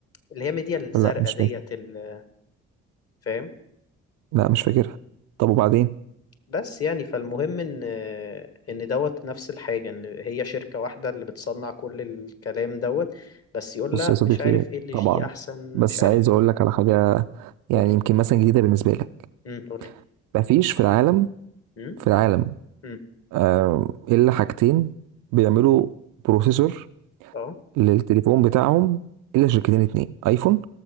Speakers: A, on the left (about 40°); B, on the right (about 55°).
A: اللي هي ميديا الزرقاء
B: لا مش
A: ديت
B: فاكر
A: ال- فاهم
B: لا مش فاكرها طب وبعدين
A: بس يعني فالمهم ان ان دوت نفس الحاجه ان هي شركه واحده اللي بتصنع كل الكلام دوت بس يقول
B: بص
A: لا
B: يا صديقي
A: مش عارف ايه اللي
B: طبعا
A: جي احسن
B: بس
A: مش عارف
B: عايز اقول لك على حاجة يعني
A: قولي
B: يمكن مثلا جديدة بالنسبة لك
A: امم قولي
B: مفيش في العالم
A: امم
B: في العالم
A: امم
B: آه، إلا حاجتين بيعملوا بروسيسور
A: اه
B: للتليفون بتاعهم إلا شركتين اتنين أيفون